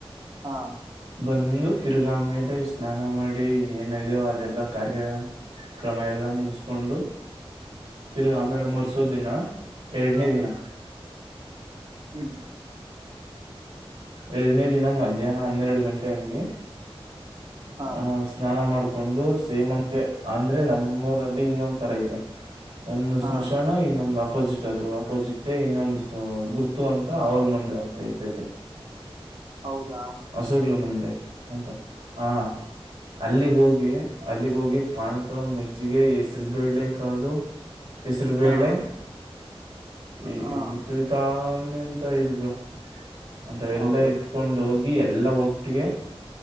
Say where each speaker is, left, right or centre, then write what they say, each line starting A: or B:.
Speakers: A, on the right; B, on the right.
A: ಹಾ
B: ಬಂದು ತಿರ್ಗಾ ಮೇಲೆ ಸ್ನಾನ ಮಾಡಿ ಏನಯೋ ಅದೆಲ್ಲ ಕಾರ್ಯ ಕ್ರಮ ಎಲ್ಲಾ ಮುಗಿಸಕೊಂಡು ತಿರುಗಿ ಆಮೇಲೆ ಮರ್ಸೋ ದಿನ ಎರಡನೇ
A: ಹಾ
B: ದಿನ
A: ಹ್ಮ್
B: ಎರಡನೇ ದಿನ ಮಧ್ಯಾಹ್ನ ಹನ್ನೆರಡು ಗಂಟೆ ಅಂಗೇ
A: ಹಾ
B: ಹ ಸ್ನಾನ ಮಾಡ್ಕೊಂಡು ಸೇಮಂಗೆ ಅಂದ್ರೆ ನಮ್ಮೂಊರಲ್ಲಿ ಇನ್ನೊಂದ್ ತರ ಇದೆ ಒಂದು
A: ಹಾ
B: ಸ್ಮಶಾನ ಇನ್ನೊಂದು ಅಪ್ಪ ಅಪೋಸಿಟ್ ಆದ್ರು ಅಪೋಸಿಟ್ ಇನ್ನೊಂದು ಗುರ್ತು ಅಂತ ಅವಲ್ ಮಂದೆ ಅಂತ ಇರ್ತೈತೆ
A: ಹೌದಾ
B: ಹಸುಗ್ಲು ಮುಂದೆ ಅಂತ ಹಾ
A: ಹ್ಮ
B: ಅಲ್ಲಿಗ ಹೋಗಿ ಅಲ್ಲಿಗ್ ಹೋಗಿ ಪಾಣಕ ಮಜ್ಜಿಗೆ ಹೆಸರು ಬೇಳೆ ಕಾಳು ಹೆಸರು ಬೇಳೆ
A: ಹಾ
B: ಈ
A: ಹಾ
B: ತುತಾರಣೆ ಅಂತ ಇದ್ ಬಿಳ ಅಂತವೆಲ್ಲ
A: ಹೌದ
B: ಇದ್ದ್ ಕಕೊಂಡ ಹೋಗಿ ಎಲ್ಲ ಒಟ್ಟಿಗೆ